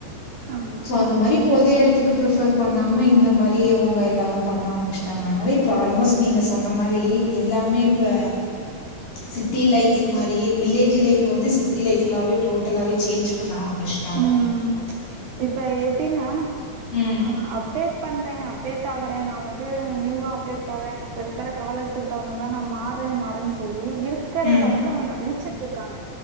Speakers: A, on the right; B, on the left.
A: ஆமா
B: சோ அந்த மாறி பொதேடத்துக்கு பிர்ஃபர் பண்ணாம இந்த மாரி அவங்க எல்லாரு பண்ண ஆரம்பிச்சிட்டாங்க அதனால இப்ப ஆல்மோஸ்ட் நீங்க சொன்ன மாரி இ எல்லாமே இப்ப சிட்டி லைஃப் மாரியே வில்லேஜ் லைஃப் வந்து சிட்டி லைஃப்லாவே டோட்டலாவே சேஞ்ச் பண்ண ஆரம்பெச்சுட்டாங்க
A: ம் இப்ப எப்டின்னா
B: ம்
A: ஆ அப்டேட் பண்றே அப்டேட் ஆகறே நா வந்து நியூவா அப்டேட் பாறே இப்ப இருக்கிற காலத்துக்கு தகுந்தமார் நா மாறே மாறேன்னு சொல் இ இருக்கறத
B: ம்
A: வந்து அவங்க அழிச்சட்டு இருக்காங்க